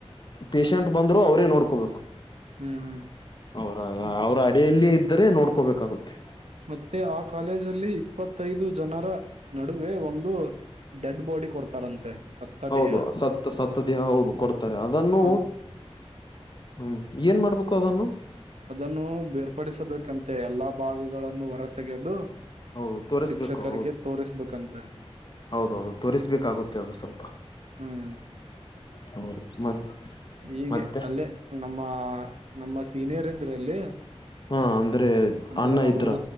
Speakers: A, on the left; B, on the right.
A: ಪೇಷಂಟ್ ಬಂದ್ರೆ ಅವರೇ ನೋಡ್ಕೋಬೇಕು.
B: ಹ್ಮ್ ಹ್ಮ್
A: ಅವರ ಅವ್ರ ಅಡಿಯಲ್ಲಿ ಇದ್ದರೆ ನೋಡ್ಕೋಬೇಕಾಗುತ್ತೆ.
B: ಮತ್ತೆ ಆ ಕಾಲೇಜಲ್ಲಿ ಇಪ್ಪತ್ತೈದು ಜನರ ನಡುವೆ ಒಂದು ಡೆಡ್ ಬಾಡಿ ಕೊಡ್ತಾರಂತೆ. ಸತ್ತ
A: ಹೌದು
B: ದೇಹ
A: ಸತ್ತ್ ಸತ್ತ್ ದೇಹ ಹೌದು ಕೊಡ್ತಾರೆ ಅದನ್ನು
B: ಅದ್
A: ಹ್ಮ್ ಏನ್ ಮಾಡ್ಬೇಕು ಅದನ್ನು,
B: ಅದನ್ನು ಬೇರ್ಪಡಿಸಬೇಕಂತೆ ಎಲ್ಲಾ ಭಾಗಗಳನ್ನು ಹೊರ ತೆಗೆದು.
A: ಹೌದು ತೋರಿಸ್ಬೇಕು
B: ಶಿಕ್ಷಕರಿಗೆ
A: ಹೌದು
B: ತೋರಿಸ್ಬೇಕಂತ್
A: ಹೌದೌದು ತೋರಿಸ್ಬೇಕಾಗುತ್ತೆ ಅದು ಸ್ವಲ್ಪ
B: ಹ್ಮ್
A: ಹೌದು <unintelligible>
B: ಹೀಗೆ
A: ಮತ್ತೆ
B: ಅಲ್ಲೇ ನಮ್ಮ ನಮ್ಮ ಸೀನಿಯರ್ ಇದ್ರ ಅಲ್ಲಿ
A: ಹಾ ಅಂದ್ರೆ
B: ಅದೇ
A: ಅಣ್ಣ
B: ಅವರು
A: ಇದ್ರ